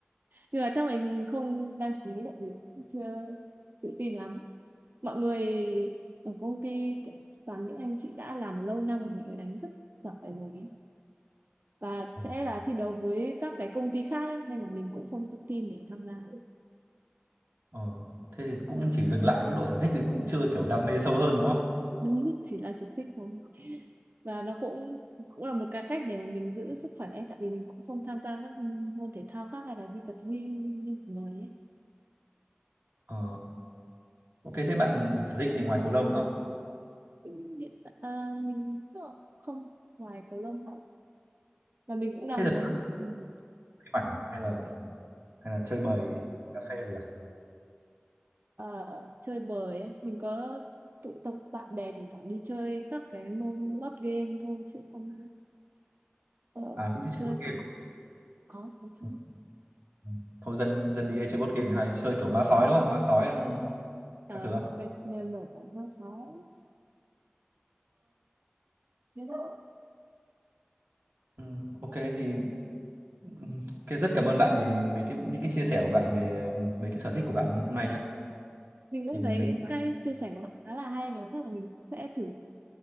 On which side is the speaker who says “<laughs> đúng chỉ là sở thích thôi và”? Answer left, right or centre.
Right